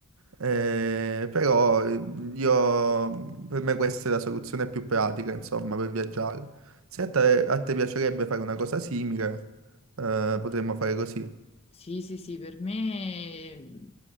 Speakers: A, on the right; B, on the left.
A: Eh, però eh, io, per me questa è la soluzione più pratica, insomma, per viaggiare. Se a te, a te piacerebbe fare una cosa simile, eh, potremmo fare così.
B: Sì, sì, sì, per me mh,